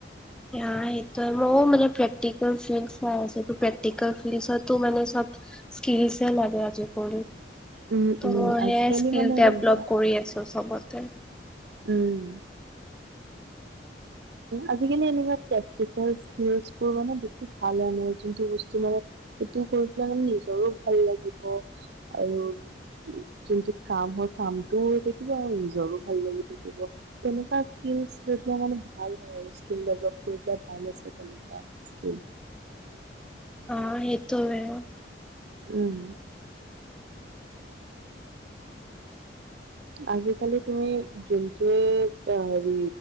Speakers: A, in the centre; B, on the right.
A: অ সেইটো মইও মানে প্ৰেকটিকেল ফিল্ড চাই আছো প্ৰেকটিকেল ফিলছতো মানে স্কিলছ লাগে আজি কালি৷
B: উম,
A: ত'
B: উম,
A: সেয়াই
B: আজিকালি
A: স্কিল
B: মানে
A: ডেভলপ
B: এনেকুৱা
A: কৰি আছো চবতে৷
B: উম আজিকালি এনেকোৱা টেকনিকেল স্কিলচবোৰ মানে বেছি ভাল হয় যোনটো বস্তু মানে সেইটো কৰি পেলাই মানে নিজৰো ভাল লাগিব আৰু যোনটো কাম হয় কামটো থাকিব আৰু নিজৰো ভাল লাগি থাকিব তেনেকুৱা ফিলছ লৈ পেলাই মানে ভাল হয় আৰু স্কিল লগোৱা পৰা ভাল আছিলে তেনেকুৱা স্কিল
A: অ সেইটোৱেই৷
B: উম আজিকালি তুমি যোনটোয়েই হেৰি